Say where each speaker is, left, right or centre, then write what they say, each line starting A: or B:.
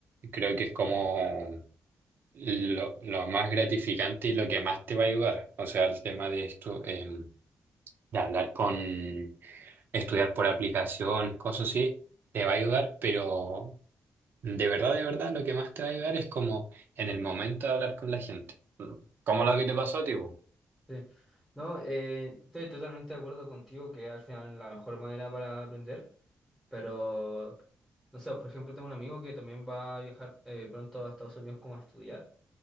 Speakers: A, on the right (about 50°); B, in the centre.
A: creo que es como lo, lo más gratificante y lo que más te va a ayudar. O sea, el tema de esto, em, de hablar con, estudiar por aplicación cosas así, te va a ayudar, pero de verdad, de verdad, lo que más te va a ayudar es como en el momento de hablar con la gente. Como lo que te pasó, tipo.
B: Sí. No, eh, estoy totalmente de acuerdo contigo que al final la mejor manera para aprender, pero no sé, por ejemplo, tengo un amigo que también va a viajar eh, pronto a Estados Unidos como a estudiar